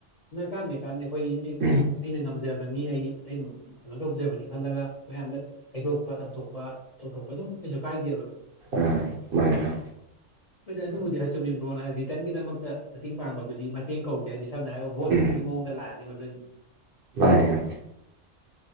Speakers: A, on the left; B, on the right.
A: ꯀꯥꯟꯗꯦ ꯀꯥꯟꯗꯦ ꯈꯣꯏꯒꯤ
B: ꯎꯝ
A: ꯑꯩꯒꯤ ꯑꯩꯅ ꯉꯝꯖꯕꯅꯤ ꯑꯩꯒꯤ ꯑꯩꯅ ꯀꯩꯅꯣ ꯇꯧꯖꯕꯅꯤ ꯈꯜꯂꯒ ꯃꯌꯥꯝꯗ ꯍꯥꯏꯗꯣꯛꯄ ꯇꯝꯊꯣꯛꯄ ꯇꯧꯊꯣꯛꯄ ꯑꯗꯨꯝ ꯀꯩꯁꯨ ꯀꯥꯏꯗꯦꯕ
B: ꯑꯥ ꯃꯥꯅꯦ ꯃꯥꯅꯦ
A: ꯍꯣꯏꯗ ꯑꯗꯨꯕꯨꯗꯤ <unintelligible> ꯀ꯭ꯔꯣꯅ ꯍꯥꯏ ꯔꯤꯇꯔꯟꯒꯤꯗꯃꯛꯇ ꯃꯇꯦꯡ ꯄꯥꯡꯕꯗꯨꯗꯤ ꯃꯇꯦꯡ ꯀꯧꯗꯦ ꯍꯥꯏꯗꯤ ꯁꯝꯅ ꯍꯥꯏꯔꯕ ꯚꯣꯠꯀꯨꯝꯕꯒꯤ
B: ꯎꯝ
A: ꯃꯑꯣꯡꯗ ꯂꯥꯛꯑꯅꯤꯕ ꯑꯗꯣꯏ
B: ꯃꯥꯅꯦ